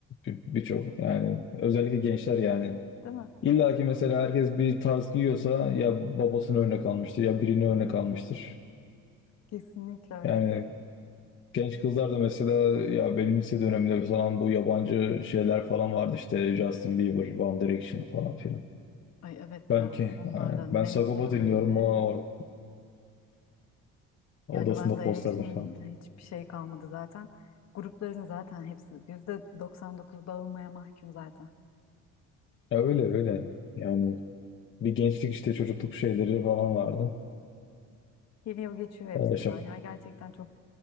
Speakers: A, on the left; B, on the left.
A: Bir- Birçok yani özellikle gençler yani.
B: Değil mi?
A: İlla ki mesela herkes bir tarz giyiyorsa ya babasını örnek almıştır ya birini örnek almıştır.
B: Kesinlikle öyle.
A: Yani genç kızlar da mesela ya benim lise döneminde falan bu yabancı şeyler falan vardı işte Justin Bieber, One Direction falan filan.
B: Ay evet
A: Belki.
B: ya onlar
A: Aynen.
B: da neydi
A: Ben Sagopa
B: öyle?
A: dinliyorum. O <laughs> odasında
B: Yani ben de
A: posterler
B: Erection'ın
A: falan.
B: hiçbir şey kalmadı zaten. Grupların zaten hepsi %99 dağılmaya mahkum zaten.
A: Ya öyle öyle. Yani bir gençlik işte çocukluk şeyleri falan vardı.
B: Geliyor geçiyor hepsi
A: Ee, şey.
B: ya. Ya gerçekten çok